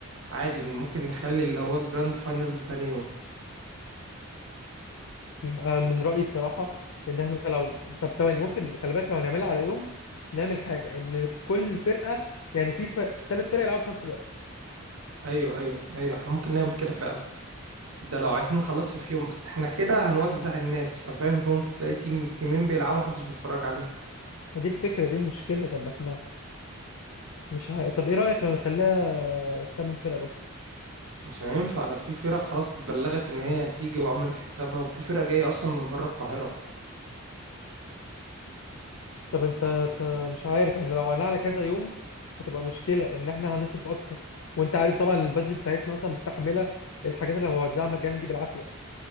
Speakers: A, on the right; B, on the left.
A: عادي ممكن نخلي اللي هو الجراند فاينلز تاني يوم
B: م- انا من رأيي بصراحة ان احنا لو طب ثواني ممكن خلي بالك لو هنعملها على يوم نعمل حاجة ان كل فرقة يعني في ثلاث فرق يلعبوا في نفس الوقت
A: ايوه ايوه ايوه احنا ممكن نعمل كده فعلا ده لو عايزين نخلص في يوم بس احنا كده هنوزع الناس ففاهم فممكن تلاقي تيم تيمين بيلعبوا محدش بيتفرج عليهم
B: ما دي الفكرة دي المشكلة طب احنا مش ع... طب ايه رأيك لو نخليها تمن فرق بس
A: مش هينفع ده في فرق خلاص اتبلغت ان هي هتيجي وعملت حسابها وفي فرق جاية اصلا من بره القاهرة
B: طب انت انت مش عارف احنا لو عملناها على كذا يوم هتبقى مشكلة ان احنا هنصرف اكتر وانت عارف طبعا البادجت بتاعتنا اصلا مستحملة الحاجات اللي بوزعها مجانا دي بالعافية